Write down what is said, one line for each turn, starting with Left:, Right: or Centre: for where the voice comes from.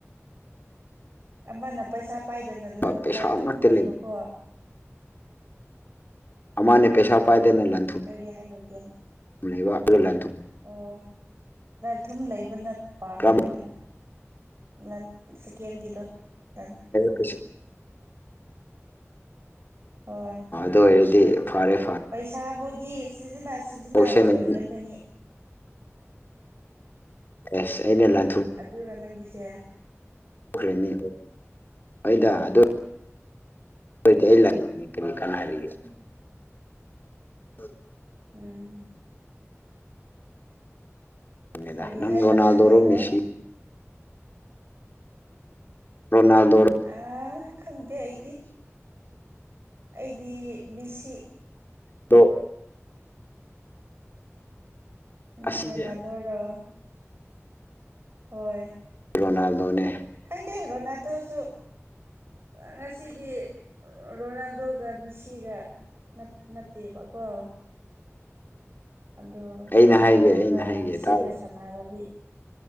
Right: ꯑꯃꯅ ꯄꯩꯁꯥ ꯄꯥꯏꯗꯅ ꯂ
Left: ꯄꯩꯁꯥ
Right: ꯂꯟꯊꯨꯝ
Left: ꯉꯥꯛꯇ
Right: ꯂꯩꯕ ꯀꯣ
Left: ꯑꯃꯅ ꯄꯩꯁꯥ ꯄꯥꯏꯗꯅ ꯂꯟꯊꯨꯝ__
Right: ꯀꯔꯤ ꯍꯥꯏꯅꯣ ꯒ꯭ꯌꯥꯟ
Left: ꯂꯩꯕ ꯑꯗꯨ ꯂꯟ ꯊꯨꯝ__
Right: ꯑꯣ ꯂꯟꯊꯨꯝ ꯂꯩꯕꯅ ꯄꯥꯝꯃꯤꯅ
Left: ꯀꯔꯝꯕ
Right: ꯀꯩꯅꯣ ꯂꯟ ꯁꯤꯀꯦꯟ ꯒꯤꯗꫭ ꯂꯟ ꯊꯨꯝ
Left: ꯄꯩꯁꯥ
Right: ꯍꯣꯏ
Left: ꯑꯗꯨ ꯑꯣꯏꯔꯗꯤ ꯐꯔꯦ ꯐꯔꯦ
Right: ꯄꯩꯁꯥꯕꯨꯗꯤ ꯁꯤꯖꯤꯟꯅ ꯁꯤꯖꯤꯟꯅꯔꯒ
Left: ꯑꯣꯞꯁꯟ ꯑꯅꯤ
Right: ꯂꯣꯏꯔꯛꯀꯅꯤ
Left: ꯌꯥꯁ ꯑꯅꯦ ꯂ
Right: ꯑꯗꯨꯔ ꯅꯪꯒꯤꯁꯦ
Left: ꯈꯅꯤ ꯍꯣꯏꯗ ꯑꯗꯨ ꯑꯩꯈꯣꯏꯗꯤ ꯑꯩ ꯂꯥꯛꯏꯅꯦ ꯀꯔꯤ ꯀꯅꯥꯒꯦ ꯎꯝ
Right: ꯎꯝ
Left: ꯅꯦꯗ
Right: ꯀꯔꯤ ꯍꯥꯏꯕ
Left: ꯔꯣꯅꯥꯜꯗꯣꯔꯣ
Right: ꯅꯪ ꯍꯥꯏꯗꯣ꯫
Left: ꯃꯦꯁꯤ ꯔꯣꯅꯥꯟꯗꫭꯔꫭ꯫
Right: ꯑꯥ ꯈꯪꯗꯦ ꯑꯩꯏꯗꯤ꯫ ꯑꯩꯗꯤ ꯃ‌ꯦꯁꯤ꯫
Left: ꯗꫭ꯫ ꯑꯁ
Right: ꯅꯪꯔꯣ ꯅꯗꯧꯔꯣ꯫ ꯍꯣꯏ꯫
Left: ꯔꯣꯅꯥꯜꯗꯣꯅꯦ꯫
Right: ꯈꯪꯗꯦ ꯔꯣꯅꯥꯟꯗꫭꯁꯨ ꯉꯁꯤꯗꯤ꯫ ꯔꯣꯅꯥꯜꯗꯣꯒ ꯃꯤꯁꯤꯒ ꯅꯠꯇꯦꯕꯀꯣ꯫ ꯑꯗꯣ
Left: ꯑꯩꯅ
Right: ꯔꯣꯅꯥꯜꯗꯣꯒ
Left: ꯍꯥꯏꯒꯦ ꯑꯩꯅ ꯍꯥꯏꯒꯦ
Right: ꯃꯤꯁꯤꯒ
Left: ꯇꯥꯎ
Right: ꯁꯥꯟꯅꯔꯗꯤ